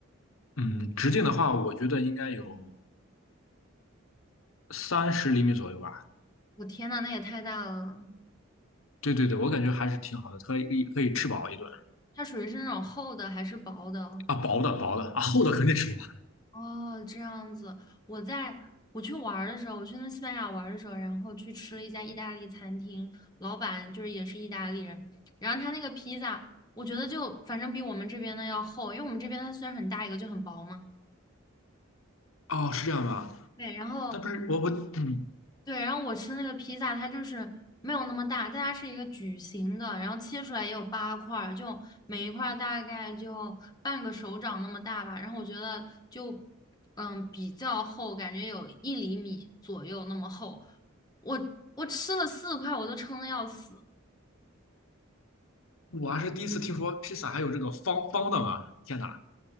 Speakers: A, on the left; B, on the left.
A: 嗯，直径的话，我觉得应该有三十厘米左右吧。
B: 我天呐，那也太大了！
A: 对对对，我感觉还是挺好的，可以可以吃饱一顿
B: 它属于是那种厚的还是薄的？
A: 啊，薄的薄的啊，厚的肯定吃不完。
B: 哦，这样子。我在我去玩儿的时候，我去那西班牙玩儿的时候，然后去吃了一家意大利餐厅，老板就是也是意大利人，然后他那个披萨，我觉得就反正比我们这边的要厚，因为我们这边它虽然很大一个就很薄嘛，
A: 哦，是这样吧？
B: 对，然后
A: 但不是我我嗯，
B: 对，然后我吃那个披萨，它就是没有那么大，但它是一个矩形的，然后切出来也有八块儿，就每一块儿大概就半个手掌那么大吧。然后我觉得就嗯比较厚，感觉有一厘米左右那么厚。我我吃了四块，我都撑得要死。
A: 我还是第一次听说披萨还有这个方方的嘛！天哪，